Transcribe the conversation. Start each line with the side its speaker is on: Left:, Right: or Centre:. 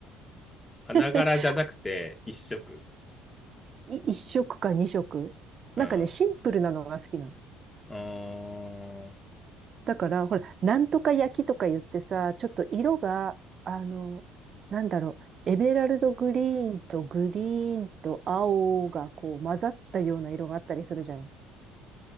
Left: 花柄じゃなくて、
Right: <laughs>
Left: 一色。
Right: い一色か二色。
Left: うん。
Right: なんかね、シンプルなのが好きなの。
Left: ああ、
Right: だから、ほら、なんとか焼きとか言ってさ、ちょっと色が、あの、なんだろう、エメラルドグリーンとグリーンと青がこう混ざったような色があったりするじゃない。